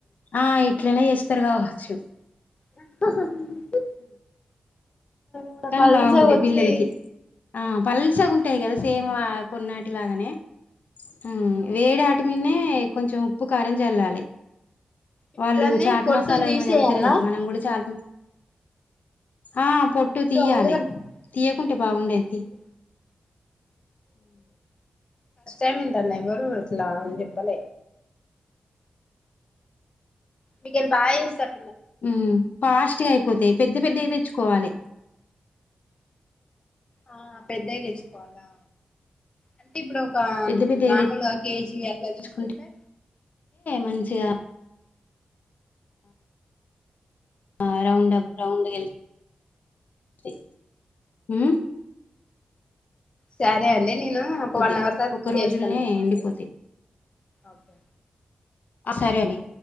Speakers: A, on the left; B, on the left.
A: ఆ ఇట్లనే చేస్తారు కదా ఆచ్చు
B: అవి కూడా
A: కానీ
B: పల్సగా
A: బాగుంటాయి
B: వచ్చి
A: పిల్లలకి ఆ పల్సగా ఉంటాయి కదా సేమ్ కొన్నాటిలాగానే ఉ
B: అవును
A: వేడి ఆట మీదానే కొంచెం ఉప్పు కారం చల్లాలి
B: ఇప్పుడు
A: వాళ్ళు
B: దాన్ని
A: చాట్
B: పొట్టు
A: మసాలా
B: తీసేయాలా
A: ఏమో చల్లుతారు కదా మనం కూడా చాట్ ఆ పొట్టు
B: ఇప్పుడు
A: తీయాలి
B: ఆలుగడ్డ
A: తీయకుంటే బాగుండేది
B: పొట్టు తీసి ఏమీ ఇంతా అన్యాయం ఎవరు ఇలా అని చెప్పాల మీకెంత ఆయిల్ సర్
A: ఉ ఫాస్ట్గా అయిపోతుది పెద్ద పెద్ద తెచ్చుకోవాలి
B: ఆ పెద్ద తెచ్చుకోవాలా అంటే ఇప్పుడు ఒక
A: పెద్ద పెద్దవి
B: మామూలుగా కేజీ అట్లా తీసుకుంటే
A: తెచ్చుకుంటే మంచిగా ఆ రౌండ్ప్ రౌండ్ గా ఎల్లితాయి ఊ
B: సరే అండి నేను ఒక
A: పోతాయి
B: వన్ అవర్ తర్వాత
A: ఒక్క
B: చేస్తాను
A: రోజుల్నే
B: మీకు మళ్ళీ
A: ఎండిపోతాయి
B: ఓకే
A: ఆ సరే అండి